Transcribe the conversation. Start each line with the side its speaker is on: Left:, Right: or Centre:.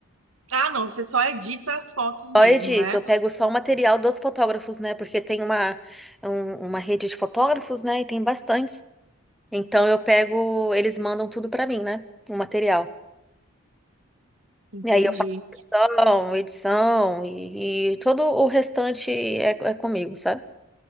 Right: Ah, não, você só edita as fotos mesmo,
Centre: Só edito,
Right: né?
Centre: eu pego só o material dos fotógrafos, né? Porque tem uma, um- uma rede de fotógrafos, né? E tem bastantes. Então eu pego, eles mandam tudo pra mim, né? O material.
Right: Entendi.
Centre: E aí eu faço questão, edição e, e todo o restante é, é comigo, sabe?